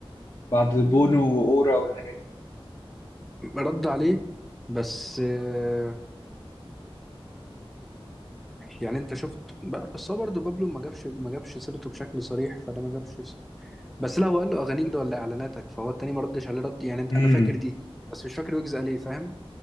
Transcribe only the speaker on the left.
بعد بونو واورا والحاجات دي
امم